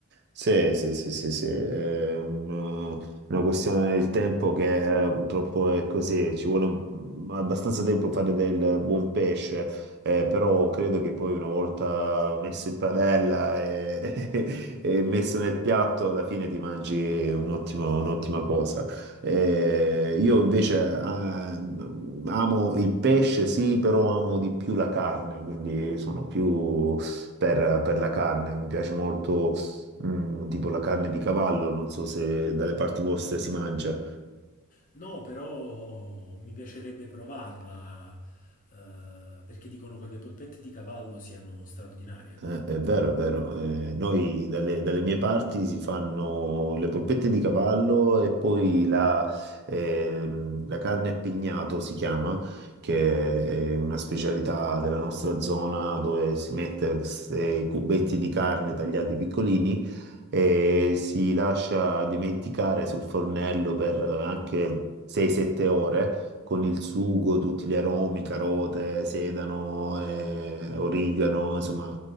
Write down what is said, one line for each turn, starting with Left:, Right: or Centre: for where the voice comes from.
Right: Sì, sì, sì, sì, sì, è un- una questione del tempo che eh, purtroppo è così, ci vuole mm, abbastanza tempo per fare del buon pesce, eh, però credo che poi una volta messo in padella e, <laughs> e messo nel piatto, alla fine ti mangi un ottimo- un'ottima cosa. Eh, io invece ah, mm, amo il pesce, sì, però amo di più la carne, quindi sono più per per la carne, mi piace molto Mm, tipo la carne di cavallo, non so se dalle parti vostre si mangia.
Left: No, però mi piacerebbe provarla, eh, perché dicono che le polpette di cavallo siano straordinarie.
Right: Eh, è vero, è vero. Eh, noi dalle, dalle mie parti si fanno le polpette di cavallo e poi la, ehm, la carne a pignato si chiama, che è una specialità della nostra zona dove si mette questi cubetti di carne tagliati piccolini e si lascia dimenticare sul fornello per anche 6-7 ore. con il sugo, tutti gli aromi, carote, sedano, eh, origano, insomma,